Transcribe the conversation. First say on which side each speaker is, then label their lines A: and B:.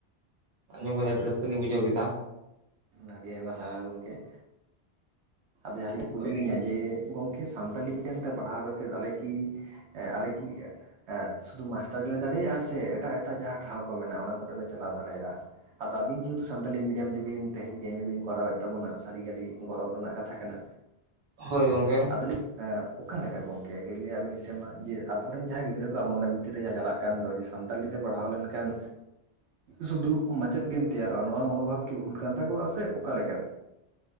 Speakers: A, on the right; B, on the right.
A: ᱟᱸᱡᱚᱢ ᱠᱟᱛᱮ ᱟᱹᱰᱤ ᱨᱟᱹᱥᱠᱟᱹ ᱞᱤᱧ ᱵᱩᱡᱷᱟᱹᱣ ᱠᱮᱫᱟ ᱾
B: ᱟᱹᱰᱤ ᱟᱭᱢᱟ ᱥᱟᱨᱦᱟᱣ ᱜᱚᱢᱠᱮ ᱾ ᱟᱫᱚᱞᱤ ᱠᱩᱞᱤ
A: ᱦᱳᱭ
B: ᱞᱤᱧᱟ ᱡᱮ ᱜᱚᱢᱠᱮ ᱥᱟᱱᱛᱟᱞᱤ ᱢᱤᱰᱤᱭᱟᱢ ᱛᱮ ᱯᱟᱲᱦᱟᱣ ᱠᱟᱛᱮᱫ ᱟᱞᱮ ᱠᱤ ᱮᱸᱜ ᱟᱞᱮ ᱠᱤ ᱮᱸᱜ ᱥᱩᱫᱷᱩ ᱢᱟᱥᱴᱟᱨ ᱜᱮᱞᱮ ᱫᱟᱲᱮᱭᱟᱜᱼᱟ ᱥᱮ ᱮᱴᱟᱜ ᱮᱴᱟᱜ ᱡᱟᱸᱦᱟᱸ ᱴᱷᱟᱶ ᱠᱚ ᱢᱮᱱᱟᱜᱼᱟ ᱚᱱᱟ ᱠᱚᱨᱮ ᱞᱮ ᱪᱟᱞᱟᱣ ᱫᱟᱲᱮᱭᱟᱜᱼᱟ? ᱟᱫᱚ ᱟᱵᱤᱱ ᱡᱮᱦᱮᱛᱩ ᱥᱟᱱᱛᱟᱞᱤ ᱢᱤᱰᱟᱢ ᱛᱮᱵᱤᱱ ᱛᱮᱦᱤᱧ ᱮᱢ ᱮ ᱵᱤᱱ ᱠᱚᱨᱟᱣᱮᱫ ᱛᱟᱵᱚᱱᱟ ᱥᱟᱹᱨᱤᱜᱮ ᱟᱹᱰᱤ ᱜᱚᱨᱚᱵᱽ ᱨᱮᱱᱟᱜ ᱠᱟ ᱛᱷᱟ ᱠᱟᱱᱟ᱾
A: ᱦᱳᱭ ᱜᱚᱝᱠᱮ᱾
B: ᱟᱹᱞᱤᱧ ᱟᱸ ᱚᱠᱟᱞᱮᱠᱟ ᱜᱚᱝᱠᱮ ᱠᱟᱹᱡ ᱞᱟᱹᱭᱟᱜ ᱵᱤᱱ ᱥᱮᱢᱟ ᱡᱮ ᱟᱵᱚᱨᱮᱱ ᱡᱟᱦᱟᱸᱭ ᱜᱤᱫᱽᱨᱟᱹ ᱠᱚᱣᱟᱜ ᱢᱚᱱᱮ ᱵᱷᱤᱛᱤᱨ ᱨᱮ ᱡᱟᱦᱟᱸ ᱪᱟᱞᱟᱜ ᱠᱟᱱ ᱫᱚ ᱮ ᱥᱟᱱᱛᱟᱲᱤ ᱛᱮ ᱯᱟᱲᱦᱟᱣ ᱞᱮᱱᱠᱷᱟᱱ ᱥᱩᱫᱩ ᱢᱟᱪᱮᱫ ᱜᱮᱢ ᱛᱮᱭᱟᱨᱚᱜᱼᱟ ᱱᱚᱣᱟ ᱢᱚᱱᱳᱵᱷᱟᱵ ᱠᱤ ᱵᱷᱩᱞ ᱠᱟᱱ ᱛᱟᱠᱚᱣᱟ ᱥᱮ ᱚᱠᱟᱞᱮᱠᱟ?